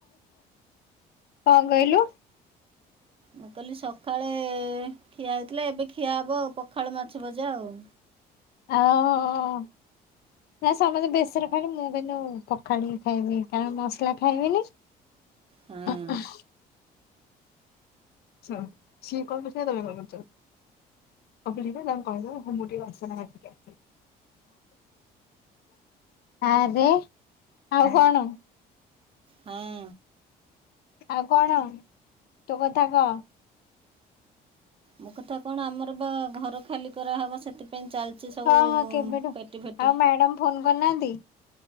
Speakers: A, on the left (about 70°); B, on the right (about 35°).
A: କଣ କହିଲୁ
B: ମୁଁ କହିଲି ସକାଳେ ଖିଆ ହେଇଥିଲା ଏବେ ଖିଆ ହେବ ଆଉ ପଖାଳ ମାଛ ଭଜା ଆଉ
A: ହଉ ନା ସମସ୍ତେ ବେେଶରେ ଖାଇଲେ ମୁଁ କିନ୍ତୁ ପଖାଣିକି ଖାଇବି କାରଣ ମସଲା ଖାଇବିନି
B: ହଁ
A: ଅ ଆଛା ସିଏ କଲ କରିଚି ନା ତମେ କଲ କରିଛ। ଅଭିଲିକା ତାଙ୍କୁ କହିଦବ ମୁଁ ମୁଁଟିକେ ବାସନା ମାଜିକି ଆସେ। ଆରେ ଆଉ କଣ?
B: ହଁ
A: ଆଉ କଣ ତୋ କଥା କହ।
B: ମୋ କଥା କଣ ଆମର ବା ଘର ଖାଲି କରାହେବ ସେଥିପାଇଁ ସେଥି ପାଇଁ ଚାଲିଛି ସବୁ
A: ହଁ ହଁ କେବେଠୁ
B: ପେଟି ଫେଟି
A: ଆଉ ମ୍ୟାଡାମ ଫୋନ କରିନାହାନ୍ତି